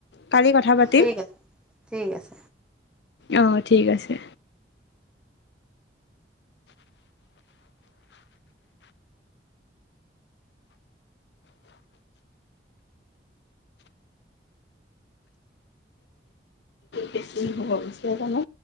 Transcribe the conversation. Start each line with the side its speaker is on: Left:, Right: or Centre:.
Left: কালি কথা পাতিম।
Centre: ঠিক আছে ঠিক আছে
Left: অ ঠিক আছে। বেছি হ'ব গুচি আহ জানো।